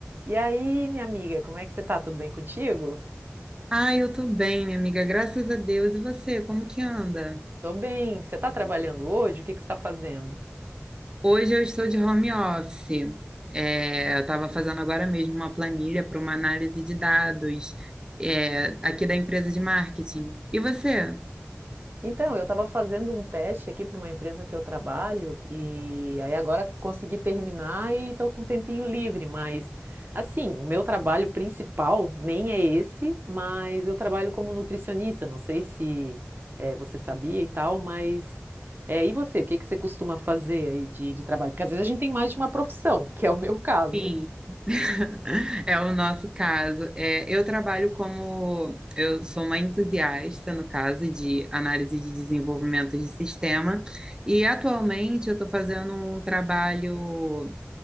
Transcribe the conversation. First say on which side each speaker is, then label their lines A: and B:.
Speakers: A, on the right; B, on the right.
A: E aí, minha amiga, como é que você tá? Tudo bem contigo?
B: Ah, eu tô bem, minha amiga, graças a Deus. E você, como que anda?
A: Tô bem. Você tá trabalhando hoje? O que que você tá fazendo?
B: Hoje eu estou de home office. É, eu estava fazendo agora mesmo uma planilha para uma análise de dados, é, aqui da empresa de marketing. E você?
A: Então, eu estava fazendo um teste aqui para uma empresa que eu trabalho e aí agora consegui terminar e estou com um tempinho livre, mas assim, o meu trabalho principal nem é esse, mas eu trabalho como nutricionista, não sei se eh, você sabia e tal, mas eh, e você, o que que você costuma fazer aí de, de trabalho? Porque às vezes a gente tem mais de uma profissão, que é o meu caso.
B: Sim. <laughs> É o nosso caso. É, eu trabalho como, eu sou uma entusiasta, no caso, de análise de desenvolvimento de sistema, e atualmente eu estou fazendo um trabalho,